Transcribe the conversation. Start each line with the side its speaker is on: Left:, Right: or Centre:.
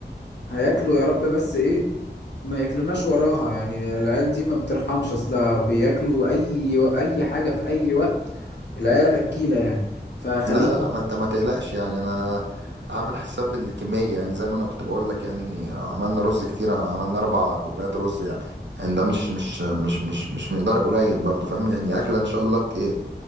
Left: هياكلوا يا رب بس ايه ما ياكلوناش وراها يعني العيال دي ما بترحمش اصلا بياكلوا اي اي حاجه في اي وقت العيال اكيله يعني فخليك
Right: لا لا لا ما انت ما تقلقش يعني انا عامل حساب الكميه يعني زي ما انا كنت بقول لك يعني عملنا رز كتير عملنا اربع كوبايات رز يعني يعني ده مش مش مش مش مش مقدار قليل برضو فاهم يعني اكله ان شاء الله ت- ايه